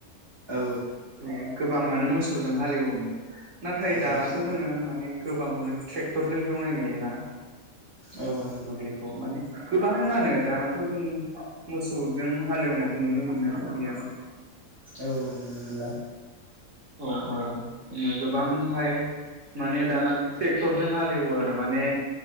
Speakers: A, on the right; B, on the right.
A: औ।
B: उम गोबाङानो मोसौजों हालेवोमोन नाथाय
A: औ
B: दानाथ
A: मोसौ
B: जोङो माने गोबांखौनो। ट्रेक्टरजों हेवनाय नुयोना।
A: औ
B: ओह
A: औ
B: दुब्लिखौ माने गोबाङानो दानाथ जों। मोसौजों हालेवनायखौ नुनो मोननो थांलियाना।
A: औ नुनोमोनला।
B: औ औ <unintelligible> गोबांहाय। माने दाना ट्रेक्टरजों हालेवो आरो माने